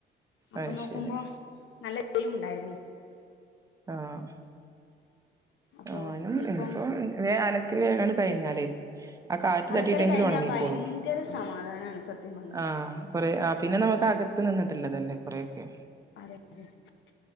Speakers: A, on the left; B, on the right.
A: അപ്പനോക്കുമ്പോ
B: അത് ശരി
A: നല്ല ഇതിലുണ്ടായിരുന്നു
B: ആഹ്
A: അപ്പോ
B: ഞാനും
A: ഇനിയിപ്പം
B: ഇനിയിപ്പോ <unintelligible> <unintelligible> കഴിഞ്ഞാലേ ആ കാറ്റ്
A: അലക്കല്
B: തട്ടിയിട്ടെങ്കിലും
A: കഴിഞ്ഞാ
B: ഉണങ്ങിക്കോളും
A: ഭയങ്കര സമാധാനാണ് സത്യം പറഞ്ഞാ
B: ആഹ് കൊറേ ആ പിന്നെ നമുക്ക് അക നിന്നിട്ടുള്ളതല്ലേ കൊറെയൊക്കെ
A: അതെ അതെ <unintelligible>